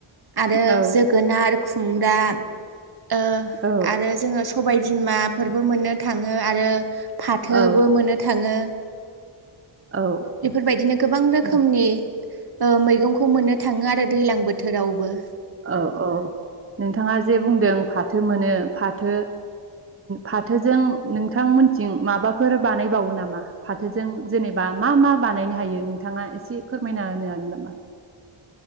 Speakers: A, on the right; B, on the right.
A: आरो
B: औ
A: जोगोनार खुंमब्रा ओ
B: औ
A: आरो जोङो सबायजों -बिमाफोरबो मोननो थाङो आरो। फाथोबो
B: औ
A: मोननो थाङो,
B: औ
A: बेफोर बायदिनो गोबां रोखोमनि
B: औ
A: ओ मैगंखौ मोन थाङो आरो दैज्लां बोथोरावबो।
B: औ औ नोंथाङा जे बुंदों फाथो मोनो फाथो फाथोजों नोंथां मोनथिं माबाफोर बानायबावो नामा फाथोजों जेनेबा मा मा बानायनो हायो नोंथाङा एसे फोरमायना होनो हागोन नामा?